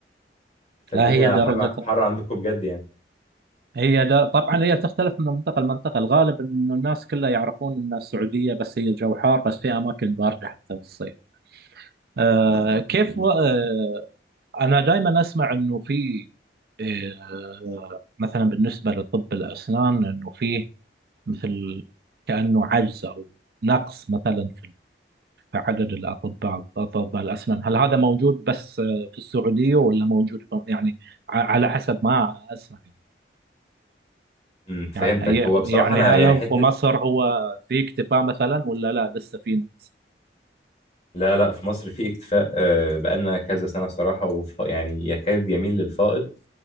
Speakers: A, on the left; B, on the right.
A: فالدنيا
B: لا هي درجه
A: حر حر عندكم بجد يعني
B: هي دا طبعا هي تختلف من منطقه لمنطقه الغالب انه الناس كلها يعرفون ان السعوديه بس هي جو حار بس في اماكن بارده حتى بالصيف آه كيف
A: امم
B: و... آه انا دائما اسمع انه في آه، مثلا بالنسبه لطب الاسنان انه فيه مثل كانه عجز او نقص مثلا في في عدد الاطباء اطباء الاسنان هل هذا موجود بس آه، في السعوديه ولا موجود في- يعني ع- على حسب ما اسمع يعني
A: أمم، فهمتك
B: يعني
A: هو بصراحه
B: يعني
A: انا
B: هل
A: يعني
B: هو
A: حته
B: في مصر هو في اكتفاء مثلا ولا لا لسه في نقص
A: لا لا في مصر في اكتفاء آه، بقالنا كذا سنة بصراحة وف... يعني يكاد يميل للفائض